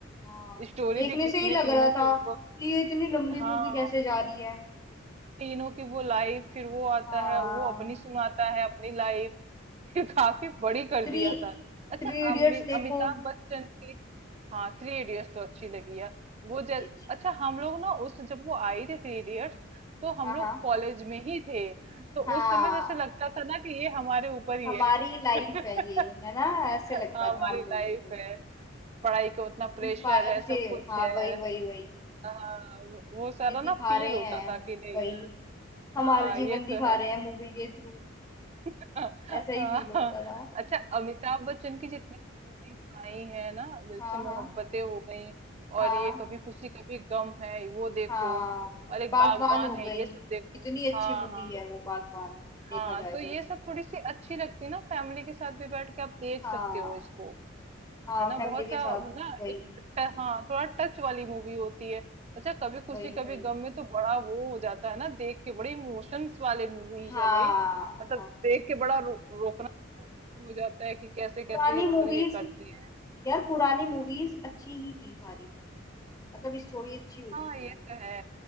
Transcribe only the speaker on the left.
हाँ
देखने
से ही लग
रहा था
कि ये इतनी लंबी
मूवी कैसे जा रही है
हाँ
थ्री
थ्री इडियट्स
देखो
कितनी
अच्छी
मूवी
हाँ हाँ
हाँ
हमारी
लाइफ
है ये है ना ऐसे लगता
था हम लोगों
को
इंस्पायर
से
हाँ
वही वही वही
ये
दिखा
रहे
हैं
वही हमारा
जीवन
दिखा
रहे हैं मूवी के थ्रू
ऐसा ही फील होता था
हाँ
हाँ
हाँ
हाँ
बागवान
हो
गई
कितनी अच्छी
मूवी
है वो बागवान
देखा जाए
तो
हाँ
हाँ
फैमिली
के साथ
वही
वही
वही
हाँ
हाँ
पुरानी
मूवीज
यार पुरानी मूवीज अच्छी ही थी सारी मतलब स्टोरी अच्छी होती
थी
उनकी